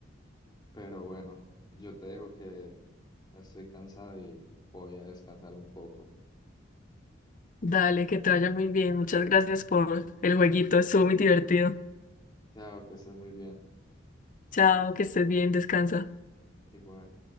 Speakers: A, on the left; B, on the left.
A: Pero bueno, yo te dejo que estoy cansado y voy a descansar un poco. <laughs>
B: Dale, que te vaya muy bien. Muchas gracias
A: Mm.
B: por
A: Dale.
B: el jueguito. Estuvo muy divertido.
A: Chao, que estés muy bien.
B: Chao, que estés bien, descansa.
A: Igual.